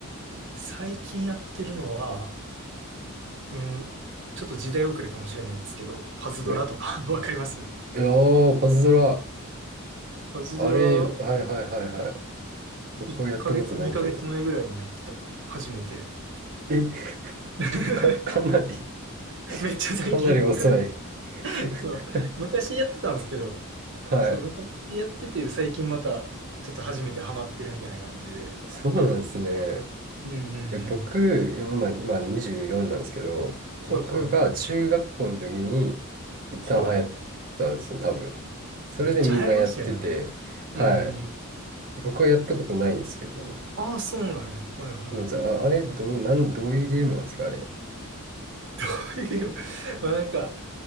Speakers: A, on the right; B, on the right.
A: 最近やってるのは、うん、ちょっと時代遅れかもしれないんですけど、パズドラとか
B: ね、
A: <laughs> わかります
B: いやー、パズドラ。
A: パズドラ
B: あれ、はいはいはいはい。僕はやったことないけど。
A: 1ヶ月、2ヶ月前ぐらいにやってたか、初めて。
B: え、
A: <laughs>
B: か、<laughs> かなり、
A: めっちゃ最近
B: <laughs> かなり遅い。<laughs>
A: <laughs> そう。昔やってたんですけど、
B: はい。
A: そう、昔やってて、最近また、ちょっと初めてハマってるみたいな感じで。
B: そうなんですね。
A: うんうんうん。
B: え、僕、今、今24なんですけど、
A: はいはい。
B: 僕が中学校の時に一旦流行ったんですね、
A: はい。
B: 多分。それでみんなやってて、
A: めっちゃ流行りましたよね。あの
B: はい。
A: うん
B: で、僕はやったことないんですけど、
A: ああ、そうなんや。はいはいはい。
B: どうあ、あれどう、なん、どういうゲームなんですか、あれ。
A: <laughs> こういうゲーム。まあなんか、